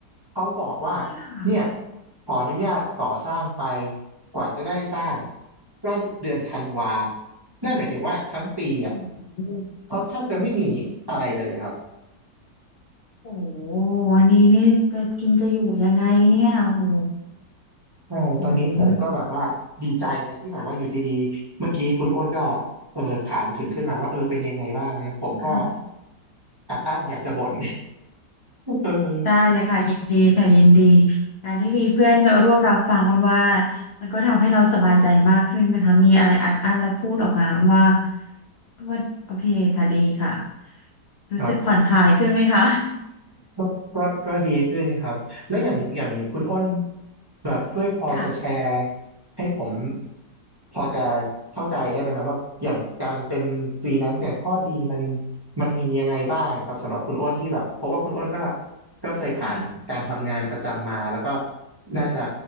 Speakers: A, on the right (about 20°); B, on the left (about 70°).
A: เขาบอกว่า
B: ใช่ค่ะ
A: เนี่ยขออนุญาตก่อสร้างไปกว่าจะได้สร้างก็เดือนธันวานั่นหมายถึงว่าทั้งปีอ่ะ
B: โอ้โห
A: เขาแทบจะไม่มีอะไรเลยครับ
B: โอ้โหวันนี้นี่จะกินจะอยู่ยังไงเนี่ยโอ้โห
A: ใช่ตอนนี้ผมก็แบบว่าดีใจไงที่แบบว่าอยู่ดีๆเมื่อกี้คุณอ้วนก็
B: อืมค่ะ
A: เออถามถึงขึ้นมาว่าเออเป็นยังไงบ้างเนี่ยผมก็
B: อ
A: อัดอั้นอยากจะบ่น <laughs> เออ
B: ได้เลยค่ะยินดีค่ะยินดี การที่มีเพื่อนร่วมรับฟังอ้นว่า มันก็ทำให้เราสบายใจมากขึ้นนะคะ มีอะไรอัดอั้นแล้วพูดออกมาอ้นว่าอ้นว่าโอเคค่ะดีค่ะรู้สึกผ่อนคลายขึ้นไหมคะ
A: ครับ ก็ก็ก็ดีขึ้นครับแล้วอย่างอย่างคุณอ้นแบบช่วยพอจะแชร์
B: <laughs> ค่ะ
A: ให้ผมพอจะเข้าใจได้ไหมครับว่าอย่างการเป็นฟรีแลนซ์เนี่ยข้อดีมันมันมียังไงบ้างครับสำหรับคุณอ้นที่แบบเพราะว่าคุณอ้นก็ก็เคยผ่านการทำงานประจำมาแล้วก็
B: ค่ะ
A: น่าจะ